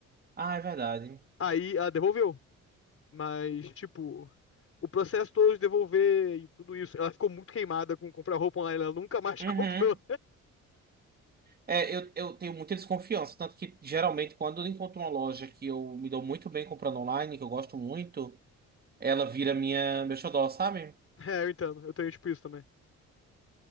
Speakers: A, on the right; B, on the left.
A: Ah, é verdade.
B: Aí ela devolveu. Mas, tipo, o processo todo de devolver e tudo isso. Ela ficou muito queimada com comprar roupa online, ela nunca mais
A: Uhum.
B: <laughs> comprou.
A: É, eu, eu tenho muita desconfiança. Tanto que, geralmente, quando eu encontro uma loja que eu me dou muito bem comprando online, que eu gosto muito, ela vira minha, meu xodó, sabe?
B: É, eu entendo. Eu tenho, tipo, isso também.